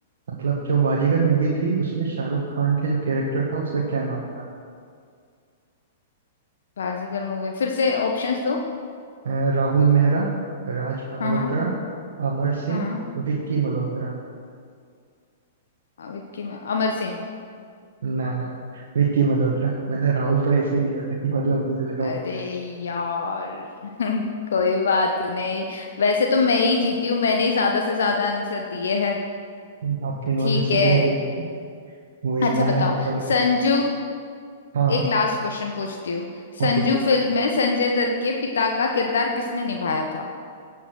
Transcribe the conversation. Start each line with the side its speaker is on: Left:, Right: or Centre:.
Right: मतलब जो बाजीगर मूवी थी उसमें शाहरुख खान के जो कैरेक्टर था उसका क्या नाम था
Left: बाजीगर मूवी फिर से ऑप्शंस दो
Right: अ, राहुल मेहरा राज मल्होत्रा
Left: हाँ हाँ
Right: अमर सिंह
Left: हाँ हाँ
Right: विक्की मल्होत्रा
Left: हाँ। अ, विक्की में अमर सिंह
Right: ना ना विक्की मल्होत्रा मैंने राहुल तो ऐसे ही लिया था कि मतलब मुझे लगा वो
Left: अरे
Right: हो गया
Left: यार <laughs> कोई बात नहीं वैसे तो मैं ही जीती हूँ मैंने ही ज्यादा से ज्यादा आंसर दिए हैं
Right: था आपकी नॉलेज
Left: ठीक
Right: तो
Left: है
Right: देख ली वही
Left: अच्छा
Right: मैं
Left: बताओ
Right: है तो थोड़ा कमजोर
Left: संजू
Right: हाँ हाँ
Left: एक लास्ट क्वेश्चन पूछती हूँ संजू
Right: Okay okay
Left: फिल्म में संजय दत्त के पिता का किरदार किसने निभाया था